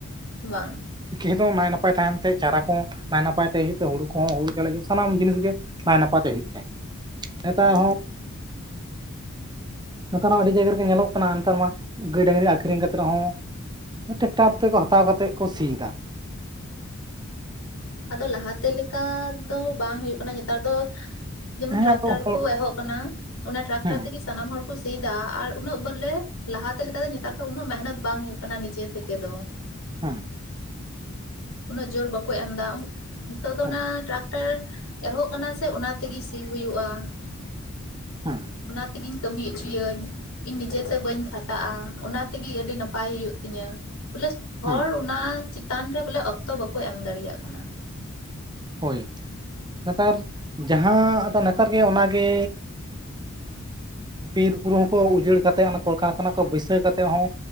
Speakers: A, on the left; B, on the right.
A: ᱵᱟᱝ᱾
B: ᱠᱷᱮᱫᱚ ᱱᱟᱭ ᱱᱟᱯᱟᱭ ᱛᱟᱦᱮᱱ ᱛᱮ ᱪᱟᱨᱟ ᱠᱚᱦ ᱱᱟᱭ ᱱᱟᱯᱟᱭ ᱛᱮ ᱦᱩᱭᱩᱜ ᱛᱮ ᱠᱚᱦᱚᱸ ᱦᱩᱲᱩ ᱪᱟᱣᱞᱮ ᱦᱩᱭᱩᱜ ᱥᱟᱱᱟᱢ ᱡᱤᱱᱤᱥᱜ ᱜᱮ, ᱱᱟᱭ ᱱᱟᱯᱛᱮ ᱦᱩᱭᱩᱜ ᱛᱟᱦᱮᱸ᱾ ᱱᱮᱛᱟᱨ
A: ᱦᱮᱸ
B: ᱦᱚᱸ, ᱱᱮᱛᱟᱨ ᱦᱚᱸ ᱟᱹᱰᱤ ᱡᱟᱭᱜᱟ ᱨᱮᱜᱮ ᱧᱮᱞᱚᱜ ᱠᱟᱱᱟ ᱱᱮᱛᱟᱨ ᱢᱟ ᱜᱟᱹᱭ ᱰᱟᱝᱨᱤ ᱟᱠᱷᱨᱤᱧ ᱠᱟᱛᱮ ᱨᱮᱦᱚᱸ ᱴᱨᱟᱠᱴᱚᱨ ᱛᱮᱠᱚ ᱦᱟᱛᱟᱣ ᱠᱟᱛᱮᱫ ᱠᱚ ᱥᱤᱭᱮᱫᱟ᱾
A: ᱟᱫᱚ ᱞᱟᱦᱟᱛᱮ ᱞᱮᱠᱟ ᱫᱚ ᱵᱟᱝ ᱦᱳᱜᱳᱜ ᱠᱟᱱᱟ ᱱᱮᱛᱟᱨ ᱫᱚ ᱡᱮᱢᱚᱱ
B: ᱦᱮᱸ
A: ᱴᱨᱟᱠᱴᱟᱨ
B: ᱟᱫᱚ ᱦᱚᱲ
A: ᱠᱚ ᱮᱦᱚᱵ ᱠᱟᱱᱟ ᱚᱱᱟ ᱴᱨᱟᱠᱴᱟᱨ
B: ᱦᱮᱸ
A: ᱛᱮᱜᱮ ᱥᱟᱱᱟᱢ ᱦᱚᱲᱠᱚ ᱥᱤᱫᱟ ᱟᱨ ᱩᱱᱟᱹᱜ ᱵᱚᱞᱮ ᱞᱟᱦᱟᱛᱮ ᱞᱮᱠᱟ ᱫᱚ ᱱᱮᱛᱟᱨ ᱫᱚ ᱩᱱᱟᱹᱜ ᱢᱮᱦᱚᱱᱚᱛ ᱵᱟᱝ ᱦᱳᱭᱳᱜ ᱠᱟᱱᱟ᱾ ᱠᱟᱱᱟ ᱱᱤᱡᱮ ᱛᱷᱮᱠᱮ ᱫᱚ᱾
B: ᱦᱮᱸ,
A: ᱩᱱᱟᱹᱜ ᱡᱳᱨ ᱵᱟᱠᱚ ᱮᱢᱫᱟ ᱱᱤᱛᱳᱜ ᱫᱚ
B: ᱦᱮᱸ
A: ᱚᱱᱟ ᱴᱨᱟᱠ <unintelligible> ᱮᱦᱚᱵ ᱠᱟᱱᱟ ᱥᱮ ᱚᱱᱟ ᱛᱮᱜᱮ ᱥᱤ ᱦᱩᱭᱩᱜᱼᱟ
B: ᱦᱮᱸ
A: ᱚᱱᱟ ᱛᱮᱜᱮᱧ ᱠᱟᱹᱢᱤ ᱦᱚᱪᱚᱭᱟᱹᱧ ᱤᱧ ᱱᱤᱡᱮᱛᱮ ᱵᱟᱹᱧ ᱠᱷᱟᱴᱟᱜᱼᱟ ᱚᱱᱟ ᱛᱮᱜᱮ ᱟᱹᱰᱤ ᱱᱟᱯᱟᱭ ᱦᱩᱭᱩᱜ ᱛᱤᱧᱟᱹ᱾ ᱵᱚᱞᱮ
B: ᱦᱮᱸ
A: ᱦᱚᱲ ᱚᱱᱟ ᱪᱮᱛᱟᱱᱨᱮ ᱵᱚᱞᱮ ᱚᱠᱛᱚ ᱵᱟᱠᱚ ᱮᱢ ᱫᱟᱲᱮᱭᱟᱜ ᱠᱟᱱᱟ᱾
B: ᱦᱳᱭ ᱱᱮᱛᱟᱨ ᱡᱟᱦᱟᱸ ᱟᱫᱚ ᱱᱮᱛᱟᱨ ᱜᱮ ᱚᱱᱟᱜᱮ ᱵᱤᱨ ᱵᱩᱨᱩ ᱦᱚᱸᱠᱚ ᱩᱡᱟᱹᱲ ᱠᱟᱛᱮ ᱠᱚᱞᱠᱟᱨᱠᱷᱟᱱᱟ ᱠᱚ ᱵᱟᱹᱭᱥᱟᱹᱣ ᱠᱟᱛᱮᱫ ᱦᱚᱸ,